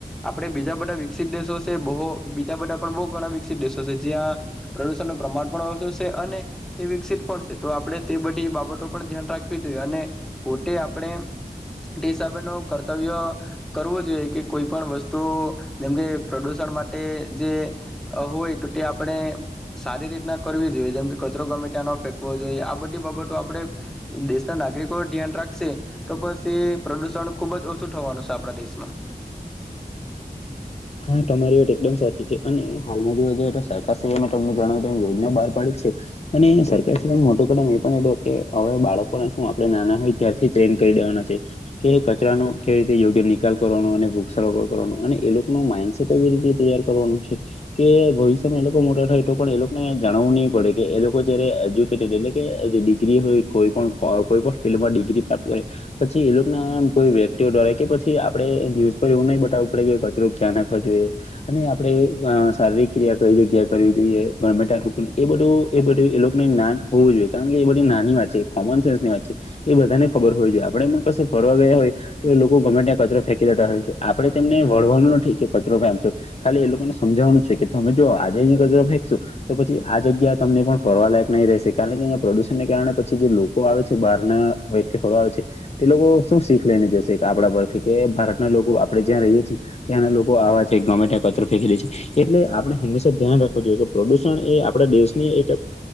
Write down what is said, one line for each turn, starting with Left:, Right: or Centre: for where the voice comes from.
Centre: આપણે બીજા બધા વિકસિત દેશો છે, બહુ બીજા બધા પણ બહુ ઘણા વિકસિત દેશો છે, જ્યાં પ્રદુષણનું પ્રમાણ પણ ઓછુ છે અને તે વિકસિત પણ છે. તો આપણે તે બધી બાબતો પણ ધ્યાન રાખવી જોઈએ અને પોતે આપણે તે હિસાબે ન કર્તવ્ય કરવો જોઈએ, કે કોઈ પણ વસ્તુ જેમકે પ્રદુષણ માટે જે હોય, તો તે આપડે સારી રીતના કરવી જોઈએ, જેમકે કચરો ગમેતા ફેંકવો જોઈએ. આ બધી બાબતો આપણે દેશના નાગરિકો ધ્યાન રાખશે, તો પછી એ પ્રદુષણ ખુબ જ ઓછું થવાનું છે, આપડા દેશમાં.
Left: હા, તમારી વાત એકદમ સાચી છે અને હાલમાં જોવા જઈએ તો સરકારશ્રી મે તમને જણાવી તેમ યોજના બહાર પાડી છે અને સરકાર શ્રી મોટું કદમ એ પણ એ કે હવે બાળકોને શું આપણે નાના હોય ત્યારથી ટ્રેન કરી દેવાના છે, કે કચરાનો કેવી રીતે યોગ્ય નિકાલ કરવાનો અને વૃક્ષ સારોપર કરવાનો, અને એ લોકો નું માન્ડસેટ જે રીતે તૈયાર કરવાનું છે, કે ભવિષ્યમાં એ લોકો મોટા થાય, તો પણ એ લોકોને જાણાવવું નહી પડે કે એ લોકો જયારે એજ્યુકેટેડ એટલે કે જે ડિગ્રી હોય કોઈ પણ કોઈ પણ ફિલ્ડમાં ડિગ્રી પ્રાપ્ત કરે પછી એ લોકો ના કોઈ વ્યક્તિઓ દ્વારા કે પછી આપડે ન્યુઝ પર એવું નહી બતાવવું પડે કે કચરો ક્યાં નાખવા જોઈએ અને આપણે શારીરિક ક્રિયા કઈ જગ્યા કરવી જોઈએ. ગમે ત્યાં થૂંકવું, એ બધું એ બધું એ લોકોને જ્ઞાન હોવું જોઈએ, કારણ કે એ બધી નાની વાત છે, કોમન સેન્સ ની વાત છે, એ બધાને ખબર હોવી જોઈએ. આપડે પણ કસે ફરવા ગયા હોય તો એ લોકો ગમેટ્યા કચરો ફેંકી દેતા હોય છે. આપણે તેમને વળવાનું નથી કચરો <unintelligible> ખાલી એ લોકોને સમજાવવાનું છે કે. તમે જો આજે અહી કચરો ફેંકશો તો પછી આ જગ્યા તમને પણ ફરવા લાયક નહી રહેશે. કારણ કે અહીંયા પ્રદુષણને કારણે પછી જે લોકો આવે છે. બહારના વ્યક્તિ ફરવા આવે છે. એ લોકો શું શીખ લઈને જશે આપડા પરથી. કે ભારતના લોકો આપણે જ્યાં રહીએ છીએ ત્યાંના લોકો આવા છે. ગમે ત્યાં કચર ફેંકી દે છે. એટલે આપણે હંમેશા ધ્યાન રાખવું જોઈએ કે. પ્રદુષણ એ આપણા દેશને એક